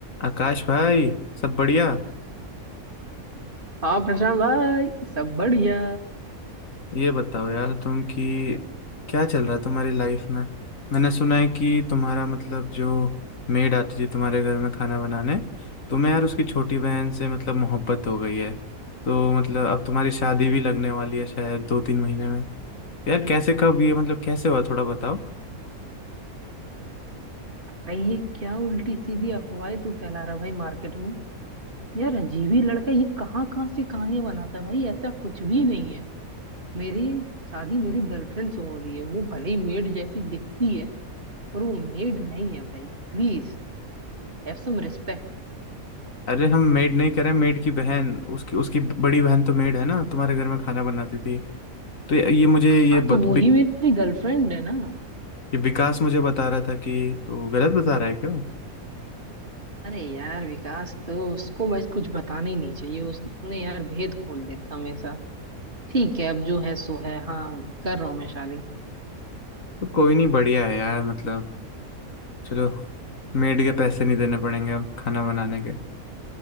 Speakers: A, on the left; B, on the right.
A: आकाश भाई सब बढ़िया
B: हाँ प्रशांत भाई सब बढ़िया
A: ये बताओ यार तुम कि क्या चल रहा है तुम्हारी लाइफ में मैंने सुना है कि तुम्हारा मतलब जो मेड आती थी तुम्हारे घर में खाना बनाने तुम्हें यार उसकी छोटी बहन से मतलब मोहब्बत हो गई है तो मतलब अब तुम्हारी शादी भी लगने वाली है शायद दो तीन महीने में यार कैसे कब ये मतलब कैसे हुआ थोड़ा बताओ
B: भाई ये क्या उल्टी सीधी अफवाहें तू फैला रहा है भाई मार्केट में यार अजीब ही लड़का ये कहाँ कहाँ से कहानियां बनाता है भाई ऐसा कुछ भी नहीं है मेरी शादी मेरी गर्लफ्रेंड से हो रही है वो भले ही मेड जैसी दिखती है पर वो मेड नहीं है भाई Please have some respect
A: अरे हम मेड नहीं करें मेड की बहन उसकी उसकी बड़ी बहन तो मेड है ना तुम्हारे घर में खाना बनाती थी तो ये, ये मुझे ये
B: हाँ
A: बत,
B: तो वो ही मेरी गर्लफ्रेंड है ना
A: ये विकास मुझे बता रहा था कि तो गलत बता रहा है क्या वो?
B: अरे यार विकास तो उसको मैं कुछ बताना ही नहीं चाहिए उसने यार भेद खोल देता हमेशा ठीक है अब जो है सो है हाँ कर रहा हूँ मैं शादी
A: तो कोई नहीं बढ़िया है यार मतलब चलो मेड के पैसे नहीं देने पड़ेंगे अब खाना बनाने के <laughs>